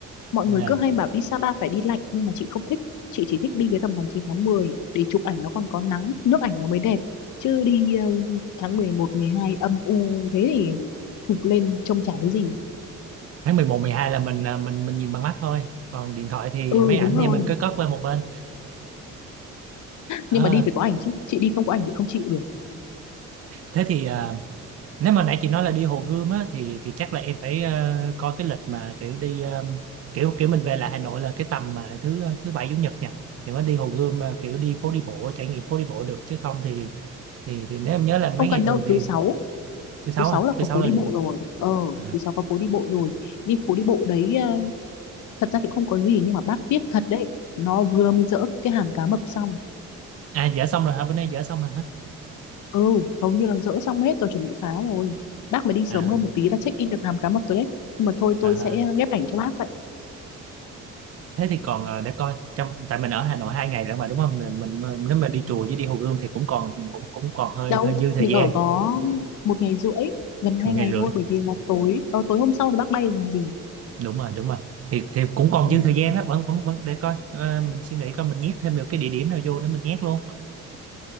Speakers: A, on the left (about 75°); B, on the right (about 50°).
A: Mọi
B: Dạ.
A: người cứ hay bảo đi Sapa phải đi lạnh nhưng mà chị không thích. Chị chỉ thích đi cái tầm tháng 9 tháng 10 để chụp ảnh nó còn có nắng, nước ảnh nó mới đẹp. Chứ đi ờ, tháng 11, 12 âm u thế thì chụp lên trông chả thấy gì.
B: Tháng mười một mười hai là mình à, mình mình nhìn bằng mắt thôi. Còn điện thoại thì
A: Ừ
B: máy ảnh
A: đúng rồi.
B: thì mình cứ cất qua một bên. Ờ,
A: Nhưng mà đi phải có ảnh chứ. Chị đi không có ảnh chị không chịu được.
B: thế thì à, nếu mà nãy chị nói là đi Hồ Gươm á thì thì chắc là em phải ờ, coi cái lịch mà kiểu đi ờ, kiểu kiểu mình về lại Hà Nội là cái tầm mà thứ ờ, thứ bảy chủ nhật nha. Thì mới đi Hồ Gươm ờ, kiểu đi phố đi bộ trải nghiệm phố đi bộ được chứ không thì thì thì nếu em nhớ là mấy
A: Không
B: ngày
A: cần
B: thường
A: đâu, thứ
B: thì
A: sáu,
B: thứ sáu
A: thứ sáu
B: à,
A: là
B: thứ
A: có
B: sáu
A: phố
B: là
A: đi
B: được.
A: bộ
B: rồi.
A: rồi. Ờ,
B: À,
A: thứ sáu có phố đi bộ rồi. Đi phố đi bộ đấy ờ, thật ra thì không có gì nhưng mà bác tiếc thật đấy. Nó vừa mới dỡ cái hàm cá mập xong
B: à dở xong rồi hả? Bữa nay dở xong rồi hả?
A: ừ hầu như là dỡ xong hết tôi chuẩn bị phá rồi bác mà đi sớm
B: À,
A: hơn một tí là check in được hàm cá mập rồi đấy nhưng mà thôi tôi
B: à
A: sẽ ghép ảnh cho bác vậy
B: thế thì còn ờ, để coi trong tại mình ở Hà Nội hai ngày nữa mà đúng không mình, mình mình- nếu mà đi chùa với đi Hồ Gươm thì cũng còn cũng cũng còn hơi
A: đâu
B: hơi dư thời
A: mình
B: gian
A: ở có một ngày rưỡi gần
B: một
A: hai ngày
B: ngày rưỡi
A: thôi bởi vì là tối ờ, tối hôm sau thì bác bay làm gì
B: đúng rồi đúng rồi thì thì cũng còn
A: ừ.
B: dư thời gian đó vẫn vẫn vẫn để coi Ờ, mình suy nghĩ coi mình nhét thêm được cái địa điểm nào vô để mình nhét luôn